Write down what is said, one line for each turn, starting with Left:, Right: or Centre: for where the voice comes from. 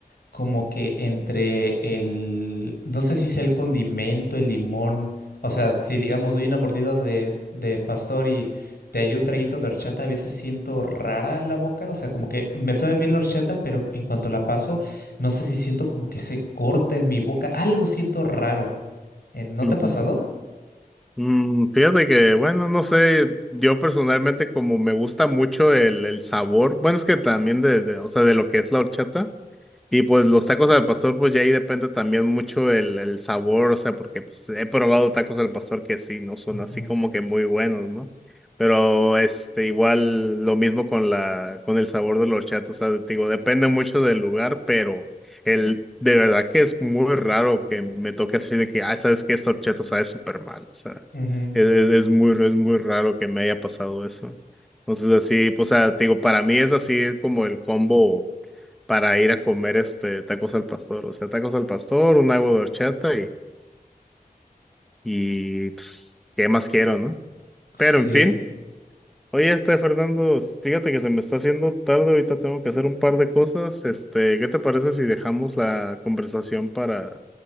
Left: como que entre el, no sé si sea el condimento, el limón, o sea, si digamos doy una mordida de, de pastor y te hay un traguito de horchata, a veces siento rara la boca, o sea, como que me sabe bien la horchata, pero en cuanto la paso, no sé si siento como que se corta en mi boca, algo siento raro. Eh, ¿No
Centre: Ujú.
Left: te ha pasado?
Centre: Mm, fíjate que, bueno, no sé, yo personalmente como me gusta mucho el, el sabor, bueno, es que también de, de, o sea, de lo que es la horchata. Y pues los tacos al pastor, pues ya ahí depende también mucho el, el sabor, o sea, porque pues, he probado tacos al pastor que sí, no son
Left: Ujú,
Centre: así como que muy buenos, ¿no? Pero este, igual lo mismo con la, con el sabor de los chatos, o sea, te digo, depende mucho del lugar, pero el, de verdad que es muy raro que me toque así de que, ah, sabes que esta horchata sabe súper mal, o sea,
Left: ujú.
Centre: es, es, es muy, es muy raro que me haya pasado eso. Entonces así, pues, o sea, te digo, para mí es así como el combo para ir a comer este tacos al pastor. O sea, tacos al pastor, un agua de horchata y, y pues, ¿qué más quiero, no?
Left: Sí,
Centre: Pero en fin, oye, este Fernando, fíjate que se me está haciendo tarde, ahorita tengo que hacer un par de cosas. Este, ¿qué te parece si dejamos la conversación para,